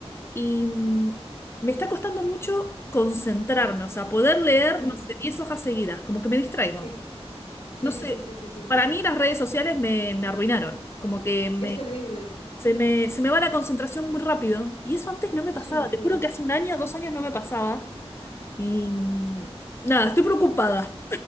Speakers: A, on the left; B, on the left.
A: Y mm, me está costando mucho concentrarme, o sea, poder leer,
B: Mm,
A: no sé, 10 hojas seguidas, como que me distraigo.
B: Sí, sí,
A: No
B: sí,
A: sé,
B: sí, sí, sí, sí.
A: para mí las redes sociales me, me arruinaron, como que me,
B: Es terrible.
A: se me, se me va la concentración muy rápido. Y eso antes no me pasaba,
B: Es una locura.
A: te juro que hace un año, dos años no me pasaba. Y mm, nada, estoy preocupada.